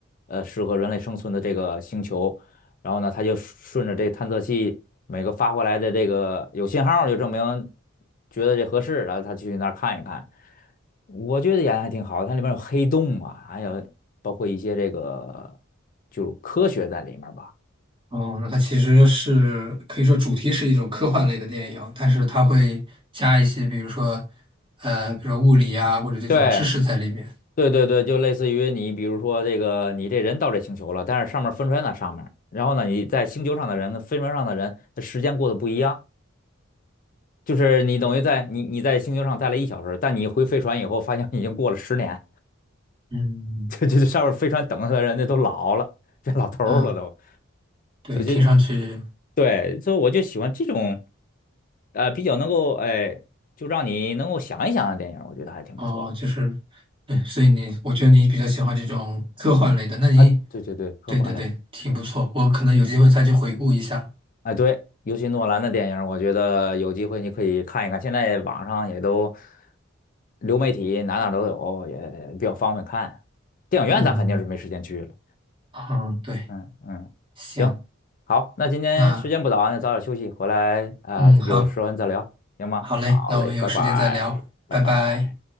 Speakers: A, on the left; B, on the right.
A: 呃适合人类生存的这个星球。然后呢，他就顺着这探测器每个发回来的这个有信号就证明觉得这合适，然后他去那儿看一看。我觉得演的还挺好，它里面有黑洞嘛，还有包括一些这个就是科学在里面吧。
B: 哦，那它其实是可以说主题是一种科幻类的电影，但是它会加一些，比如说，呃，比如说物理啊，或者这种知识在里面。
A: 对对对对，就类似于你比如说这个你这人到这星球了，但是上面分出来那上面然后呢你在星球上的人跟飞船上的人，他时间过得不一样。就是你等于在你你在星球上待了一小时，但你回飞船以后，发现已经过了十年。
B: 嗯，
A: <laughs> 这这这 <laughs> 上面飞船等着他的人，家都老了，变老头儿了都，
B: 啊，对，
A: 所以就
B: 听上去
A: 对，所以我就喜欢这种，呃，比较能够哎，就让你能够想一想的电影，我觉得还挺不错的
B: 哦，就是，对，所以你，我觉得你比较喜欢这种科幻类的，那你，
A: 啊。对对对，科幻类，
B: 对对对，挺不错，我可能有机会再去回顾一下。
A: 哎对，尤其诺兰的电影，我觉得有机会你可以看一看，现在网上也都流媒体哪哪都有，也比较方便看。电影院咱肯定是没时间去了。
B: 嗯，嗯，对，
A: 嗯嗯，
B: 行，
A: 行，好，那今天时间不早啊，
B: 那，
A: 那早点休息，回来啊，
B: 嗯，好，
A: 有时间再聊，行吗？
B: 好嘞，
A: 好嘞，
B: 那我们有时间再聊，
A: 拜拜，拜拜。
B: 拜拜。